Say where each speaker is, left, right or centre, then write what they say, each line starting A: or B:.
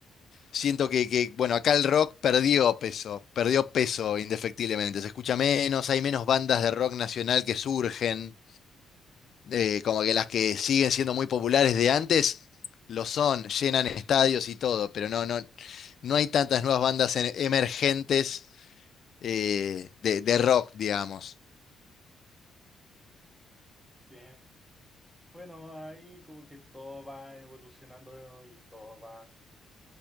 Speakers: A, on the left; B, in the centre.
A: Siento que, que, bueno, acá el rock perdió peso, perdió peso indefectiblemente. Se escucha menos, hay menos bandas de rock nacional que surgen. eh, como que las que siguen siendo muy populares de antes lo son, llenan estadios y todo, pero no, no, no hay tantas nuevas bandas en- emergentes eh, de, de rock, digamos.
B: sí. Bueno, ahí como que todo va evolucionando y todo va.